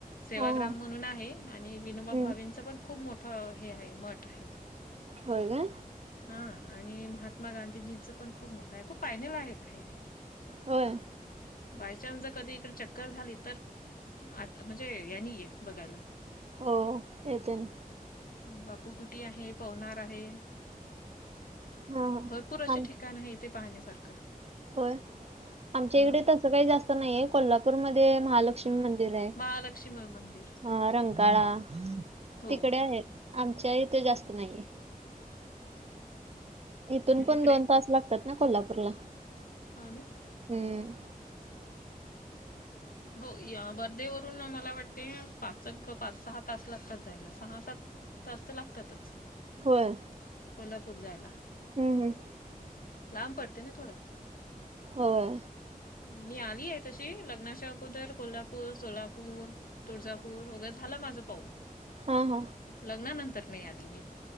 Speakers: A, on the left; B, on the right.
A: सेवाग्राम
B: हा हा
A: म्हणून आहे. आणि विनोबा
B: हम्म
A: भावेंच पण खूप मोठ- ह हे आहे. मठ आहे.
B: होय का?
A: हा. आणि महात्मा गांधीजींचं पण खूप मोठ आहे. खूप पायन्यालायक आहे.
B: होय.
A: बायचान्स जर कधी इकडे चक्कर झाली तर- हा. आता म्हणजे यांनी ये बघायला.
B: हो. येते ना.
A: बापू कुटी आहे. पवनार आहे.
B: हा हा.
A: भरपूर असे
B: आम
A: ठिकाण आहे इथे पाहण्यासारखं.
B: होय. आमच्या
A: हा
B: इकडे तसं काही जास्त नाहीये. कोल्हापूरमध्ये महालक्ष्मी मंदिर आहे.
A: महालक्ष्मी मंदिर.
B: हा. रंकाळा
A: हो
B: तिकडे आहेत. आमच्या इथे जास्त नाहीए. इथून
A: नाही
B: पण
A: इकडे
B: दोन तास- लागतात ना कोल्हापूरला
A: हो न
B: हम्म
A: हो य वर्धेवरून मला वाटते पाचक पाच सहा तास लागतात जायला सहा सात तास त लागतातच.
B: होय
A: कोल्हापूर जायला,
B: हम्म हम्म.
A: लांब पडतय ना थोडं
B: होय.
A: मी आलीये तशी लग्नाच्या अगोदर कोल्हापूर, सोलापूर, तुळजापूर वगैरे झालं माझं पाहू
B: हा हा
A: लग्नानंतर नाही आली मी